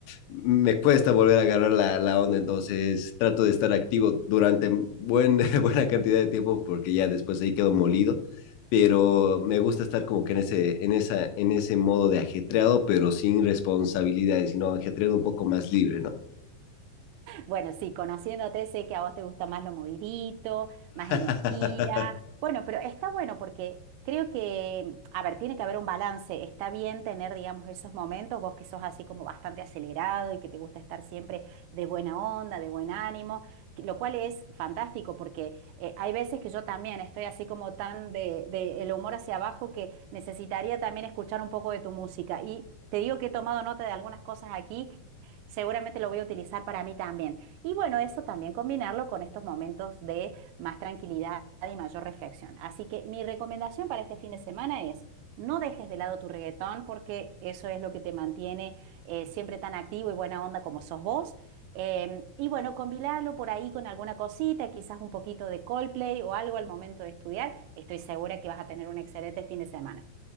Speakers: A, on the left; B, on the right.
A: me cuesta volver a agarrar la, la onda, entonces trato de estar activo durante buen, <laughs> buena cantidad de tiempo porque ya después ahí quedo molido, pero me gusta estar como que en ese, en esa, en ese modo de ajetreado, pero sin responsabilidades, sino ajetreado un poco más libre, ¿no?
B: Bueno, sí, conociéndote sé que a vos te gusta más lo movidito, más
A: <laughs>
B: energía. Bueno, pero está bueno porque creo que, a ver, tiene que haber un balance. Está bien tener, digamos, esos momentos, vos que sos así como bastante acelerado y que te gusta estar siempre de buena onda, de buen ánimo, que- lo cual es fantástico porque eh, hay veces que yo también estoy así como tan de, de el humor hacia abajo que necesitaría también escuchar un poco de tu música. Y te digo que he tomado nota de algunas cosas aquí. Seguramente lo voy a utilizar para mí también. Y bueno, eso también combinarlo con estos momentos de más tranquilidad y mayor reflexión. Así que mi recomendación para este fin de semana es, no dejes de lado tu reggaetón porque eso es lo que te mantiene eh, siempre tan activo y buena onda como sos vos. Em, y bueno, combinarlo por ahí con alguna cosita, quizás un poquito de Coldplay o algo al momento de estudiar. Estoy segura que vas a tener un excelente fin de semana.